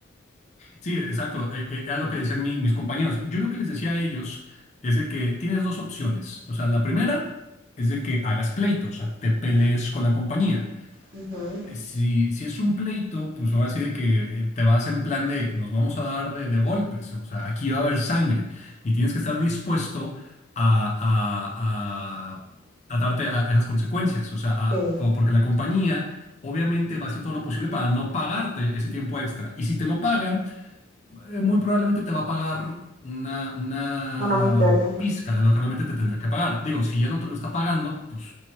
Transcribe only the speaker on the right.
Ujú,
sí,
una miseria.